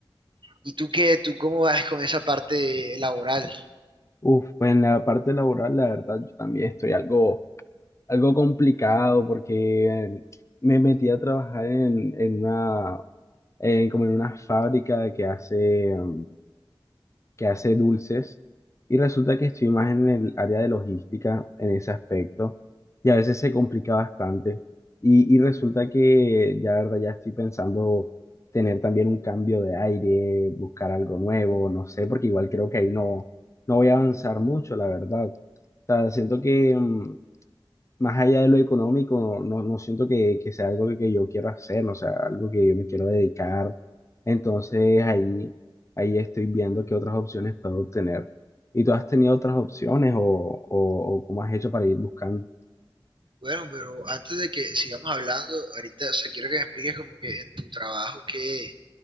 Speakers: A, on the right (about 65°); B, on the left (about 35°).
A: ¿Y tú qué? ¿Tú cómo vas con esa parte laboral?
B: Uf, pues en la parte laboral, la verdad, yo también estoy algo, algo complicado porque eh, me metí a trabajar en, en una, en como en una fábrica que hace em, que hace dulces y resulta que estoy más en el área de logística en ese aspecto y a veces se complica bastante y, y resulta que ya la verdad ya estoy pensando tener también un cambio de aire, buscar algo nuevo, no sé, porque igual creo que ahí no, no voy a avanzar mucho, la verdad. O sea, siento que mm, más allá de lo económico, no, no, no siento que, que sea algo que yo quiera hacer, no sea algo que yo me quiero dedicar. Entonces ahí, ahí estoy viendo qué otras opciones puedo obtener. ¿Y tú has tenido otras opciones o, o, o cómo has hecho para ir buscando?
A: Bueno, pero antes de que sigamos hablando, ahorita, o sea, quiero que me expliques como que en tu trabajo, qué,